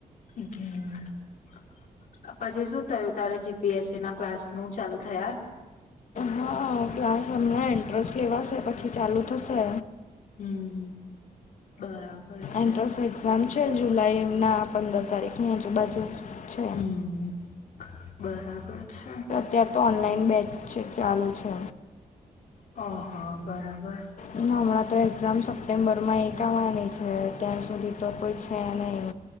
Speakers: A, on the left; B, on the left.
A: હમ. પછી શું થયું તારે જી પી એસ સીના ક્લાસનું ચાલુ થયા?
B: હા ક્લાસ અમણાં એન્ટ્રન્સ લેવાશે પછી ચાલુ થશે.
A: હમ, બરાબર છે.
B: એન્ટ્રન્સ એક્ઝામ છે જુલાઈના પંદર તારીખની આજુબાજુ. છે
A: હમ, બરાબર છે.
B: ત્યાં તો ઓનલાઈન બેચ ચાલુ છે.
A: ઓહ બરાબર.
B: અને અમણાં તો એક્ઝામ સપ્ટેમ્બરમાં એક આવવાની છે ત્યાં સુધી તો કોઈ છે નઈ.